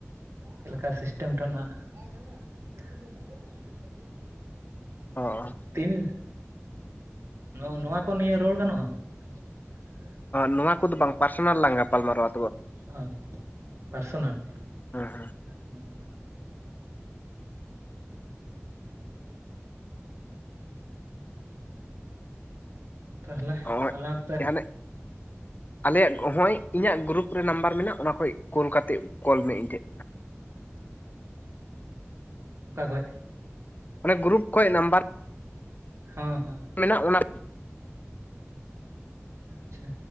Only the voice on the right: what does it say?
ᱪᱮᱫ ᱞᱮᱠᱟ ᱥᱤᱥᱴᱮᱢ ᱴᱟᱜ ᱱᱟᱜ, ᱵᱟᱭ ᱵᱷᱤᱲᱚᱜ-ᱟ <inaudible>
ᱛᱤᱱ ᱱᱚᱜ-ᱚ ᱱᱚᱣᱟ ᱠᱚ ᱱᱤᱭᱟᱹ ᱨᱚᱲ ᱜᱟᱱᱚᱜᱼᱟ <inaudible>
ᱦᱳᱭ ᱯᱟᱨᱥᱚᱱᱟᱞ,
ᱦᱮᱸ ᱛᱟᱦᱞᱮ
ᱟᱞᱮ ᱚᱠᱛᱮ
<unintelligible> ᱚᱠᱟ ᱠᱷᱚᱡ
ᱦᱚᱸ ᱦᱚᱸ
ᱟᱪᱪᱷᱟ